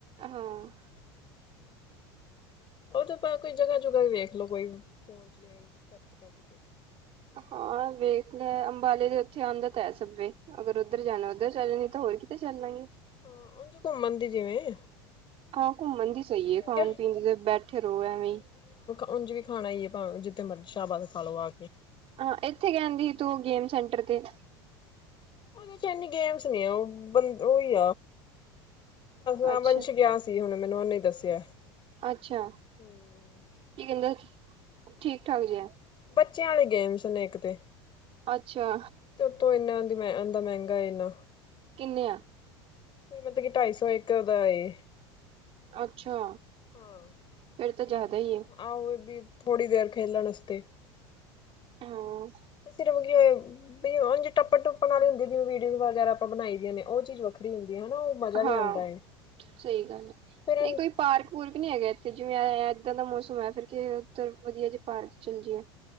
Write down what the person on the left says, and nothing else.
ਉਹ ਤੇ ਕੋਈ ਜਗ੍ਹਾ ਜੁਗਾਾ ਵੀ ਵੇਖਲੋ ਕੋਈ ਖਰਚ ਕੱਢ ਕੇ।
ਉੰਝ ਘੁੰਮਣ ਦੀ ਜਿਵੇਂ।
ਕਿਉਂਕਿ
ਉਝ ਵੀ ਖਾਣਾ ਈ ਏ ਭਾਵੇਂ ਜਿੱਥੇ ਮਰਜ਼ੀ ਸ਼ਾਬਾਦ ਖਾਲੋ ਆ ਕੇ।
ਉਹਦੇ ਚ ਇਨੀ ਗੇਮਸ ਨੀ ਉਹ ਬੰਦ ਹੀ ਉਹ ਵੀ ਆ
ਵੰਸ਼ ਗਿਆ ਸੀ। ਹੁਣ ਮੈਨੂੰ ਉਹਨੇ ਦੱਸਿਆ।
ਹੂੰ
ਬੱਚਿਆਂ ਵਾਲੇ ਗੇਮਸ ਨੇ ਇੱਕ ਤੇ।
ਤੇ ਉੱਤੋਂ ਇਨਾ ਅੰਦਰ ਮਹਿੰਗਾ ਇੰਨਾ।
ਤੇ ਮਤਲਬ ਕੀ ਢਾਈ ਸੌ ਇਕ ਦਾ ਏ।
ਹਾਂ
ਕਿ
ਆਹੋ ਏ ਵੀ ਥੋੜ੍ਹੀ ਦੇਰ ਖੇਲਣ ਵਾਸਤੇ।
ਤੇ ਸਿਰਫ ਕੀ ਹੋੇ ਟੱਪੜ ਟੁਪ ਵਾਲੀ ਹੁੰਦੀ ਵੀਡੀਓਜ਼ ਵਗੈਰਾ ਆਪਾਂ ਬਣਾਈ ਦੀਆਂ ਨੇ ਉਹ ਚੀਜ਼ ਵੱਖਰੀ। ਹੁੰਦੀ ਹੈ। ਮਜ਼ਾ ਵੀ
ਆਉਂਦਾ ਹੈ।
ਫੇਰ